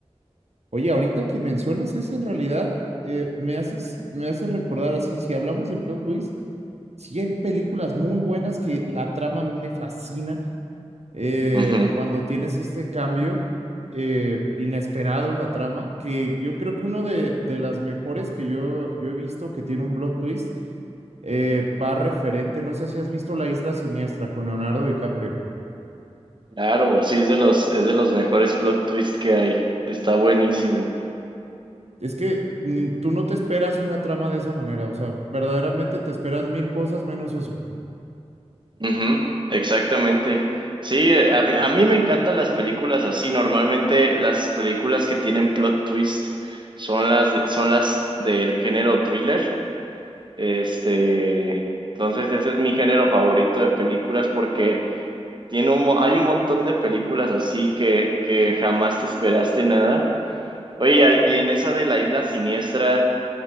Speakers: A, on the right; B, on the right.
A: Oye, ahorita que mencionas eso, en realidad eh, me haces, me haces recordar así, si hablamos de plot twist, sí hay películas muy buenas que la trama a mí me fascina. eh,
B: Ujú.
A: cuando tienes este cambio eh, inesperado en la trama, que yo creo que uno de, de las mejores que yo, yo he visto que tiene un plot twist eh, va referente, no sé si has visto La Isla Siniestra con Leonardo DiCaprio.
B: Claro, sí, es de los, es de los mejores plot twists que hay. Está buenísimo.
A: Es que ni- tú no te esperas una trama de esa manera, o sea, verdaderamente te esperas mil cosas menos eso.
B: Ujú, exactamente. Sí, eh, a mí, a mí me encantan las películas así. Normalmente las películas que tienen plot twist son las de- son las del género thriller. Este, entonces ese es mi género favorito de películas porque tiene un, mo- hay un montón de películas así que, que jamás te esperaste nada. Oye, y en esa de la Isla Siniestra